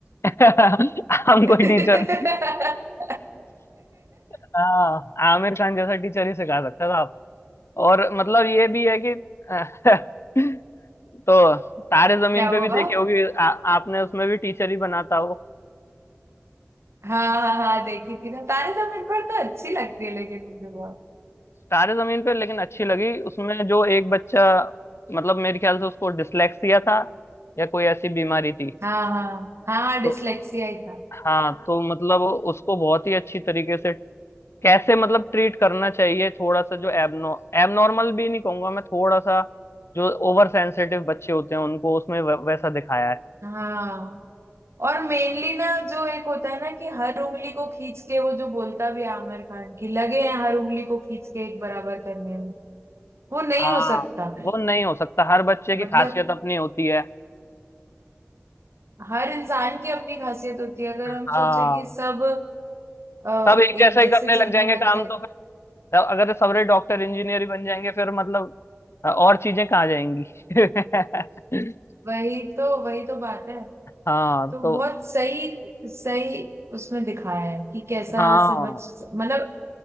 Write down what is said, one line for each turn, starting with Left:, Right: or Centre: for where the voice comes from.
Left: <laughs> हम कोई
Right: <laughs>
Left: टीचर <laughs> हाँ आमिर खान जैसा टीचर ही सिखा सकता था और मतलब ये भी है कि <laughs> तो तारे जमीन
Right: क्या
Left: पे
Right: हुआ
Left: भी देखी होगी आ, आपने उसमें भी टीचर ही बना था वो
Right: हाँ हाँ हाँ देखी थी ना तारे जमीन पर तो अच्छी लगती है लेकिन मुझे बहुत
Left: तारे जमीन पे लेकिन अच्छी लगी उसमें जो एक बच्चा मतलब मेरे ख्याल से उसको डिसलेक्सिया था या कोई ऐसी बीमारी थी
Right: हाँ हाँ हाँ डिसलेक्सिया
Left: तो
Right: ही था
Left: हाँ तो मतलब उसको बहुत ही अच्छी तरीके से कैसे मतलब ट्रीट करना चाहिए थोड़ा सा जो एबनो एबनॉर्मल भी नहीं कहूंगा मैं थोड़ा सा जो ओवर सेंसिटिव बच्चे होते हैं उनको उसमें वै- वैसा दिखाया है
Right: हाँ और मेनली ना जो एक होता है ना कि हर उंगली को खींच के वो जो बोलता भी है आमिर खान की लगे हैं हर उंगली को खींच के एक बराबर करने में वो नहीं
Left: हाँ
Right: हो सकता
Left: वो नहीं हो सकता हर बच्चे की
Right: मतलब
Left: खासियत अपनी होती है
Right: हर इंसान की अपनी खासियत होती है अगर
Left: हाँ
Right: हम सोचे कि सब अ,
Left: सब एक
Right: एक
Left: जैसा ही
Right: जैसे
Left: करने
Right: चलने
Left: लग जाएंगे
Right: लग
Left: काम
Right: जाए
Left: तो फिर अगर सबरे डॉक्टर इंजीनियर ही बन जाएंगे फिर मतलब और चीजें कहाँ जाएंगी <laughs>
Right: वही तो वही तो बात है
Left: हाँ
Right: तो बहुत
Left: तो
Right: सही सही उसमें दिखाया है कि कैसा
Left: हाँ
Right: समझ मतलब